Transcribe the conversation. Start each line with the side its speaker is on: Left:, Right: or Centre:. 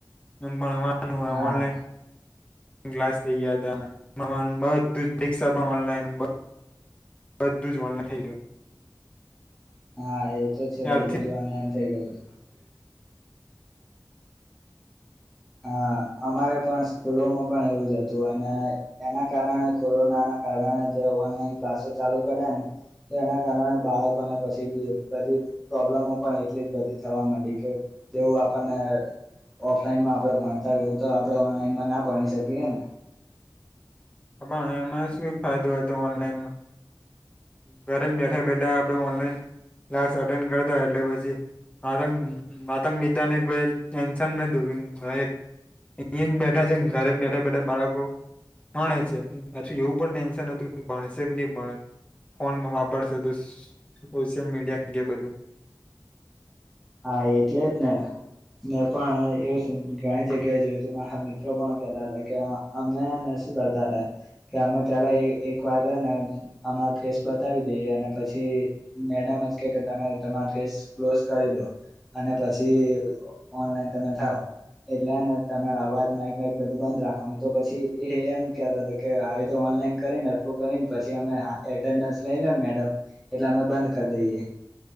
Left: હતું ભણવાનું હો
Centre: હા
Left: ઓનલાઈન ક્લાસ થઇ ગયા હતા મળવાનું બધું જ પિકષા પણ ઓનલાઈન બધું જ વલન થઈયું
Centre: હા એ તો છે
Left: ત્યારથી
Centre: બધું જ ઓનલાઈન થઈ ગયું હતું હા અમારે પણ સ્કૂલોમાં પણ એવું જ હતું અને એના કારણે કોરોનાના કરાના જે ઓનલાઈન ક્લાસો ચાલુ કર્યાને તો એના કારણે બાળકોને પછીધી તો આપણા એટલે બધી થવા માં કે જેનેતો આપના ઓફલાનમાં આપણે ભણતા એવું તો આપણે ઓનલાઈનમાં ના ભણી શકીએ ને
Left: હ પણ એમાં શું ફાયદો હતો ઓનલાઈનમાં ઘરે બેઠા બેઠા આપડ ઓનલાઈન ક્લાસ અટેન્ડ કરતા એટલે પછી આત આતંક મિતાને કોઈ ટેન્શન ન <unintelligible> અહી જ બેઠા છે ને ઘરે બેઠા બેઠા મારા ભણે છે પાછું એવું પણ ટેન્શન હતું કે ભણેશે કે નહી ભણે ફોનમાં વાપરશે તો સોશિયલ મીડિયાગ બધું
Centre: <inaudible> એટલે જ ને મેં પણ એવું ઘણી જગ્યાએ જોયું હતું મારા મિત્રો પણ કેહેતા હતા કે અમે અ શું કરતા હતા કે અમે પલા એક વાર ને અમાર ફેસ બતાવી દઈએ અને પછી મેડમ આજકલ તમે તમા ફેસ ક્લોસ કરી દો અને પછી ઓનલાઈન તમે થાવ એટલેને તમે અવાજ માઇક માઇક બધું બંધ રાખવાનું તો પછી એ એમ કેતા કે આવી ઓનલાઇન કરીનેટલું કરીને પછ લ લને મેડમ એટલે અમે બંધ કરી દઈએ <inaudible>